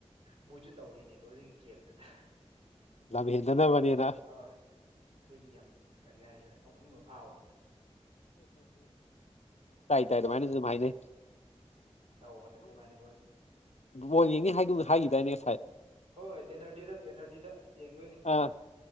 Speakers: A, on the right; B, on the left.
A: ꯃꯣꯏꯁꯨ ꯇꯧꯔꯤꯅꯦꯕ ꯍꯧꯖꯤꯛꯀꯤ ꯀꯦꯝꯗꯨꯗ
B: ꯂꯝ ꯍꯦꯟꯗꯅꯕꯅꯦꯅ
A: ꯍꯣꯏ ꯑꯗꯨꯒꯤ ꯌꯥꯝ ꯀꯔꯤ ꯍꯥꯏꯁꯤꯅ ꯅꯣꯛꯅꯤꯡꯕ ꯐꯥꯎꯕꯅꯦ
B: ꯇꯥꯏ ꯇꯥꯏ ꯑꯗꯨ ꯃꯥꯥꯏꯅꯁꯨ ꯑꯗꯨ ꯍꯥꯏꯥꯏꯅꯦ
A: ꯇꯧꯕꯅꯦ ꯑꯗꯨꯃꯥꯏꯅ ꯃꯣꯏꯁꯨ
B: ꯨꯠꯕꯣꯜ ꯌꯦꯡꯅꯤ ꯍꯥꯏꯗꯨꯧꯅ ꯍꯥꯏꯈꯤꯗꯥꯏꯅꯦ ꯉꯁꯥꯏ
A: ꯍꯣꯏ ꯍꯣꯏ ꯇꯦꯟ ꯊꯥꯔꯇꯤꯗ ꯇꯦꯟ ꯊꯥꯔꯇꯤꯗ ꯌꯦꯡꯗꯣꯏꯅꯦ
B: ꯑꯥ